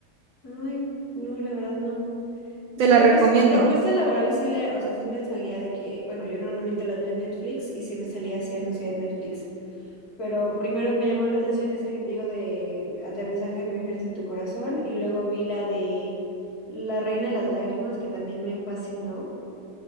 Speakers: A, on the left; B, on the right.
A: Ay, no, la verdad no. De
B: te la
A: propues-
B: recomiendo.
A: propuesta laboral sí le, o sea, sí me salía de que, bueno, yo normalmente las veo en Netflix y sí me salía así anunciada en Netflix. Pero primero me llamó la atención esa que te digo de aterrizaje de emergencia en tu corazón y luego vi la de La Reina de las Lágrimas que también me fascinó